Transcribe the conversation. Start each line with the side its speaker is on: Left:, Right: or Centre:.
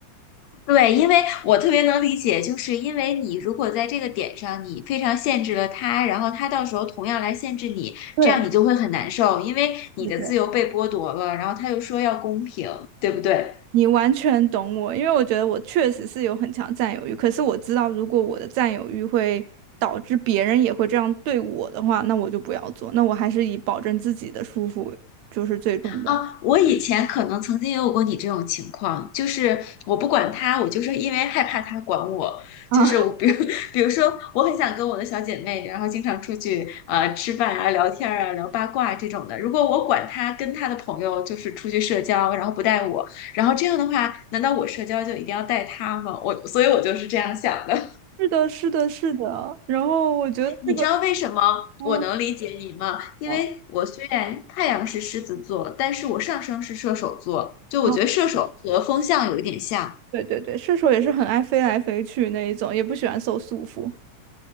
Left: 对，因为我特别能理解，就是因为你如果在这个点上，你非常限制了他，然后他到时候同样来限制你，
Right: 对
Left: 这样你就会很难受，因为你的自由被剥夺了，
Right: 对对。
Left: 然后他又说要公平，对不对？
Right: 你完全懂我，因为我觉得我确实是有很强占有欲，可是我知道如果我的占有欲会导致别人也会这样对我的话，那我就不要做，那我还是以保证自己的舒服就是最重要
Left: 啊，我以前可能曾经也有过你这种情况，就是我不管他，我就是因为害怕他管我，
Right: 啊。
Left: 就是我比如 <laughs> 比如说，我很想跟我的小姐妹，然后经常出去呃吃饭啊、聊天儿啊、聊八卦这种的。如果我管他跟他的朋友就是出去社交，然后不带我，然后这样的话，难道我社交就一定要带他吗？我所以我就是这样想的。
Right: 是的，是的，是的。然后我觉得这个，
Left: 你知道为什么我能理解你吗？
Right: 嗯
Left: 因为我虽然太阳是狮子座，
Right: 嗯
Left: 但是我上升是射手座，就我觉得射手和风象有一点像。
Right: 啊，对对对，射手也是很爱飞来飞去那一种，也不喜欢受束缚。